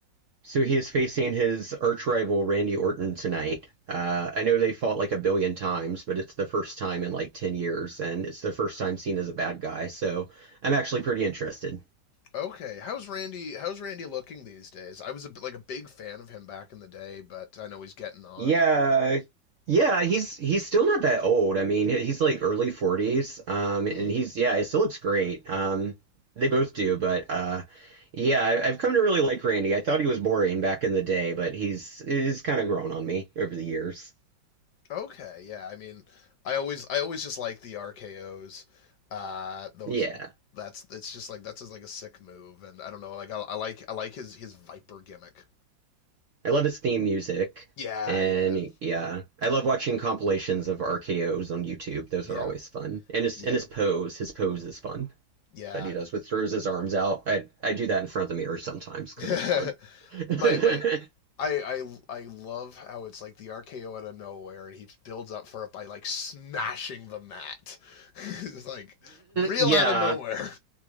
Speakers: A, on the right; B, on the left.
A: so he is facing his arch rival Randy Orton tonight. Uh, I know they fought like a billion times, but it's the first time in like 10 years, and it's the first time seen as a bad guy. So I'm actually pretty interested.
B: Okay, how's Randy? How's Randy looking these days? I was a, like a big fan of him back in the day, but I know he's getting on.
A: Yeah. Yeah, he's he's still not that old. I mean, he's like early 40s. Um
B: Hmm.
A: and he's yeah, he still looks great. Um they both do, but uh yeah, I, I've come to really like Randy. I thought he was boring back in the day, but he's he's kind of grown on me over the years.
B: Okay, yeah. I mean, I always I always just like the RKO's. Uh, those
A: Yeah.
B: that's it's just like that's just like a sick move, and I don't know. Like I, I like I like his his Viper gimmick.
A: I love his theme music.
B: Yeah,
A: And
B: yeah,
A: yeah, I love watching compilations of RKOs on YouTube. Those
B: yeah,
A: are always fun. And his
B: yeah,
A: and his pose, his pose is fun.
B: yeah.
A: that he does, with throws his arms out. I I do that in front of the mirror sometimes
B: <laughs>
A: because it's fun. <laughs>
B: my my. I, I I love how it's like the RKO out of nowhere and he builds up for it by like smashing the mat. <laughs> it's like real
A: yeah.
B: out of nowhere.